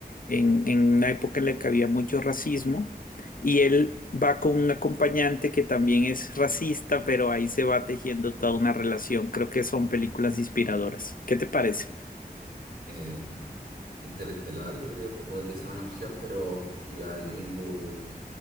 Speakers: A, on the left; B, on the right.
A: en, en una época en la que había mucho racismo y él va con un acompañante que también es racista, pero ahí se va tejiendo toda una relación. Creo que son películas inspiradoras. ¿Qué te parece?
B: Eh, Interestelar, yo creo que podría ser una opción, pero. Y la de Green Book,